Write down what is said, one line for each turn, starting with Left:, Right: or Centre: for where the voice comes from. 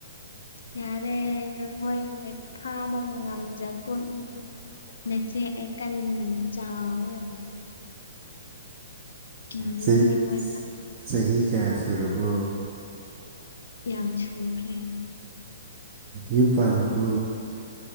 Left: ꯌꯥꯔꯦ ꯃꯣꯏꯙ ꯐꯥꯕꯒ ꯉꯝꯖꯄꯣꯠ ꯅꯠꯇꯦ ꯅꯆꯦ ꯑꯩ ꯀꯟꯅ ꯆꯥꯎꯔꯒ ꯂꯩꯅꯦ ꯀꯤꯒꯅꯤ
Right: ꯆꯍꯤ
Left: ꯃꯣꯏꯅ
Right: ꯆꯍꯤ ꯀꯌꯥ ꯁꯨꯔꯕꯣ
Left: ꯌꯥꯝ ꯁꯨꯈ꯭ꯔꯦ
Right: ꯌꯨꯝ ꯄꯥꯥꯜꯂꯕꯣ